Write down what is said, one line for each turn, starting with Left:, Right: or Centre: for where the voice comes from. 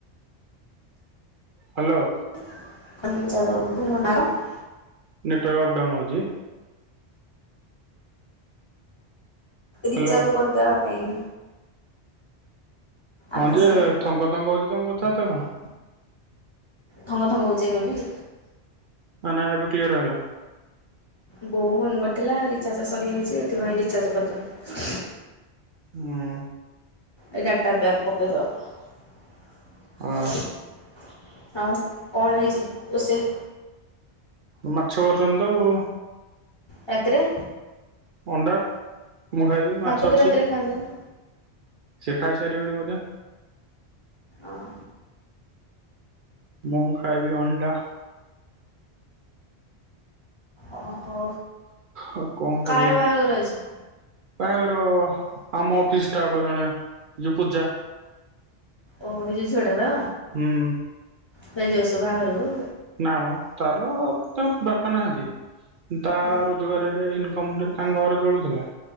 Right: ହ୍ୟାଲୋ।
Left: <unintelligible>
Right: ନେଟୱର୍କ ଅପ୍ ଡାଉନ ହଉଛି।
Left: ରିଚାର୍ଜ
Right: ହ୍ୟାଲୋ
Left: କରିଦେବା ପାଇଁ।
Right: ହଁ
Left: ଆକାଶ
Right: ଯେ ଥଙ୍ଗ ଥଙ୍ଗ ହଉଛି ତମ କଥାବାର୍ତ୍ତା କଣ?
Left: ଥଙ୍ଗ ଥଙ୍ଗ ହଉଛି ଏବେ ବି।
Right: ହଁ ନାଇଁ ଏବେ କ୍ଲିୟର ହେଲା।
Left: ବୋଉ ଫୋନ୍ କରିଥିଲା ରିଚାର୍ଜ ସରିଯାଇଛି ଏଥିପାଇଁ ରିଚାର୍ଜ କରିଦବୁ।
Right: ହୁଁ।
Left: ଏଇ ଡାଟା ପେକ ପକେଇ ଦେବା
Right: ଅ
Left: ଆଉ କଣ ହେଇଛି ରୋଷେଇ?
Right: ତ ମାଛ କରିଛନ୍ତି ତ ଆଉ।
Left: ରାତିରେ
Right: ଅଣ୍ଡା, ମୁଁ ଖାଇବିନି ମାଛ
Left: ଭାତ ତ
Right: ଅଛି।
Left: ରାତିରେ ଖାଆନ୍ତିନି
Right: ସେ ଖାଇସାରିବେଣି ବୋଧେ।
Left: ଓହୋ
Right: ମୁଁ ଖାଇବି ଅଣ୍ଡା।
Left: ଓହୋ।
Right: ଆଉ କଣ କରିବା
Left: କାର ବାହାଘର ଅଛି?
Right: ବାହାଘର, ଆମ ଅଫିସ ଷ୍ଟାପ ର ଜଣେ ଯଉ ପୂଜା
Left: ଓ ଏଇ ଯ ଝିଅ ଟାର
Right: ହୁଁ।
Left: <unintelligible> ବାହାଘରକୁ।
Right: ନାମ ତାର ତା ବାପା ନାହାନ୍ତି। ତା
Left: ହୁଁ
Right: ରୋଜଗାରରେ ଇନକମ ରେ ତାଙ୍କ ଘର ଚଳୁଥିଲା।